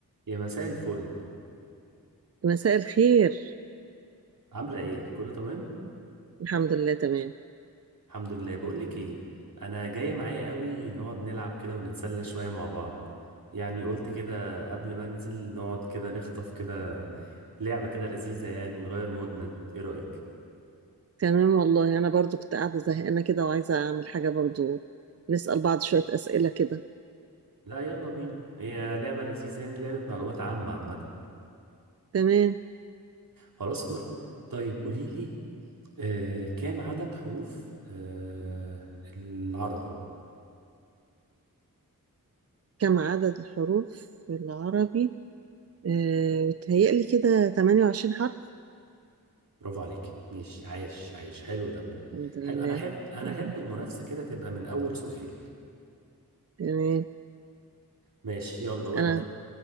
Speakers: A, on the right; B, on the right.
A: يا مساء الفل
B: مساء الخير
A: عاملة ايه كله تمام
B: الحمد لله تمام
A: الحمد لله بقولك ايه انا جاي معايا قوي نقعد نلعب كده ونتسلى شوية مع بعض يعني قلت كده قبل ما انزل نقعد كده نخطف كده لعبة كده لذيذة يعني نغير مودنا ايه رأيك
B: تمام والله انا برضو كنت قاعده زهقانه كده وعايزه اعمل حاجه برضو نسأل بعض شويه اسئله كده
A: لا يلا بينا هي لعبة لذيذة يعني لعبة معلومات عامة عامة
B: تمام
A: خلاص فل طيب قوليلي آه كام عدد حروف آه العربي
B: كم عدد الحروف في العربي آه بتهيألي كده 28 حرف
A: برافو عليك مش عايش عايش حلو ده
B: الحمد لله
A: حلو انا احب انا
B: مم.
A: احب المنافسة كده تبقى من اول سؤال
B: تمام
A: ماشي يلا ودي
B: انا